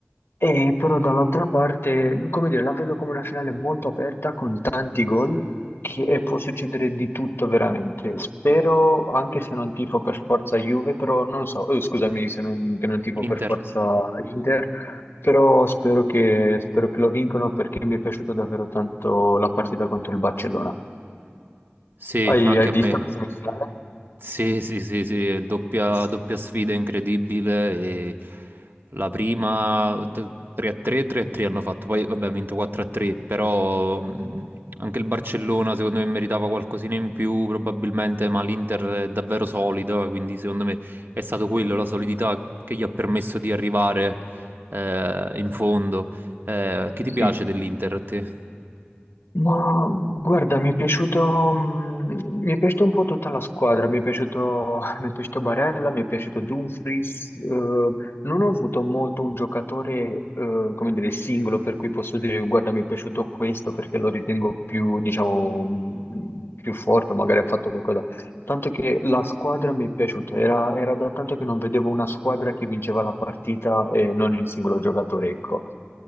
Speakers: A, on the left; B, on the right.
A: E però dall'altra parte, come dire, la vedo come una finale molto aperta con tanti gol che- e può succedere di tutto veramente. Spero, anche se non tifo per forza Juve, però non so, eh, scusami se non, che non tifo per
B: Inter?
A: forza Inter, però spero che, spero che lo vincono perché mi è piaciuta davvero tanto la partita contro il Barcellona.
B: Sì,
A: Hai,
B: anche
A: hai
B: a
A: visto
B: me.
A: la semifinale?
B: Sì, sì, sì, sì, doppia,
A: Sì.
B: doppia sfida incredibile. E la prima t- 3-3, 3-3 hanno fatto, poi vabbè, ha vinto 4-3, però mh, anche il Barcellona secondo me meritava qualcosina in più probabilmente, ma l'Inter è davvero solida, quindi secondo me è stato quello,
A: Mm.
B: la solidità che gli ha permesso di arrivare eh, in fondo. Eh, che ti piace
A: Sì.
B: dell'Inter a te?
A: Ma guarda, mi è piaciuto, mm, mi è piaciuta un po' tutta la squadra, mi è piaciuto, <laughs> mi è piaciuto Barella, mi è piaciuto Dumfries, eh, non ho avuto molto un giocatore, eh, come dire, singolo per cui posso dire guarda mi è piaciuto questo perché lo ritengo più, diciamo, mm, più forte, magari ha fatto qualcosa, tanto che la squadra mi è piaciuta, era, era da tanto che non vedevo una squadra che vinceva la partita e non il singolo giocatore, ecco.